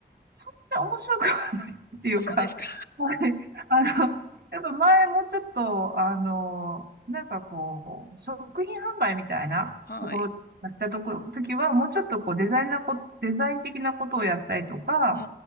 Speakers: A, on the right (about 65°); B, on the left (about 60°).
A: そんな面白くはないっていうか、
B: あ、そうですか。
A: <laughs> はい。あの、やっぱ前もうちょっと、あの、なんかこう、食品販売みたいなところ、
B: <laughs> はい。
A: やったところ、時は、もうちょっとこう、デザインなこ、デザイン的なことをやったりとか、
B: うん、